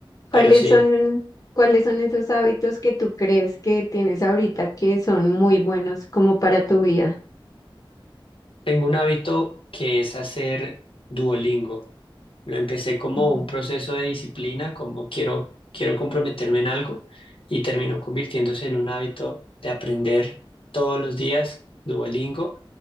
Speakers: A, on the left (about 75°); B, on the left (about 40°).
A: pero
B: ¿Cuáles
A: sí,
B: son, cuáles son esos hábitos que tú crees que tienes ahorita que son muy buenos como para tu vida?
A: tengo un hábito que es hacer Duolingo. Lo empecé como
B: Ujú.
A: un proceso de disciplina, como quiero, quiero comprometerme en algo y terminó convirtiéndose en un hábito de aprender todos los días Duolingo.